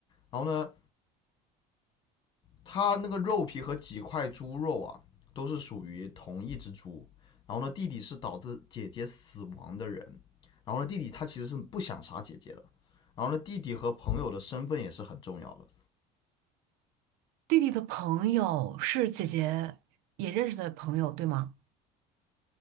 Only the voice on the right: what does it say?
弟弟的朋友是姐姐也认识的朋友对吗？